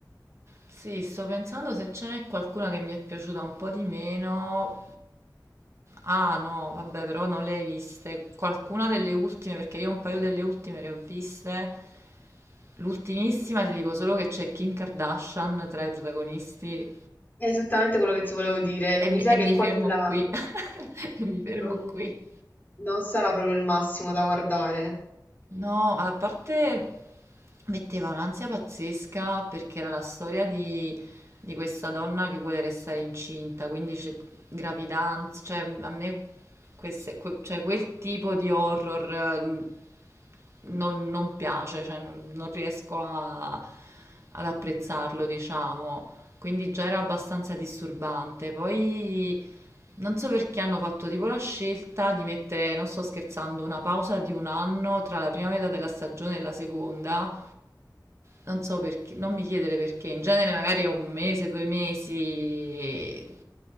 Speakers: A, on the right; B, on the left.
A: Sì, sto pensando se ce n'è qualcuna che mi è piaciuta un po' di meno. Ah no, vabbè, però non le hai viste. Qualcuna delle ultime, perché io un paio delle ultime le ho viste. L'ultimissima ti dico solo che c'è Kim Kardashian tra i protagonisti
B: È esattamente quello che ti volevo dire. Mi
A: e mi,
B: sa
A: e
B: che
A: mi
B: quella
A: fermo qui. <laughs> E mi fermo
B: non,
A: qui.
B: non sarà proprio il massimo da guardare.
A: No, a parte metteva un'ansia pazzesca perché era la storia di, di questa donna che vuole restare incinta, quindi c'è gravidanza, cioè a me queste- que- cioè, quel tipo di horror eh, non, non piace, cioè non, non riesco a- ad apprezzarlo, diciamo, quindi già era abbastanza disturbante. Poi non so perché hanno fatto tipo la scelta di mettere, non sto scherzando, una pausa di un anno tra la prima metà della stagione e la seconda, non so perché, non mi chiedere perché, in genere magari è un mese, due mesi